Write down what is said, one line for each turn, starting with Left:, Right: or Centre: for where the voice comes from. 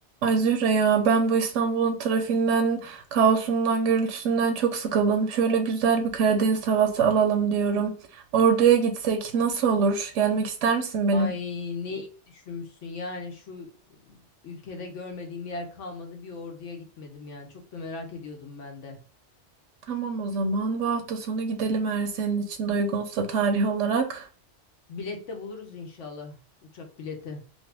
Right: Ay Zühre ya ben bu İstanbul'un trafiğinden, kaosundan, gürültüsünden çok sıkıldım. Şöyle güzel bir Karadeniz havası alalım diyorum. Ordu'ya gitsek nasıl olur? Gelmek ister misin benim?
Left: Ay neyi düşünmüşsün yani şu e, ülkede görmediğim yer kalmadı bir orduya gitmedim yani çok da merak ediyordum ben de.
Right: Tamam o zaman bu hafta sonu gidelim eğer senin için de uygunsa tarih olarak.
Left: Bilet de buluruz inşallah uçak bileti.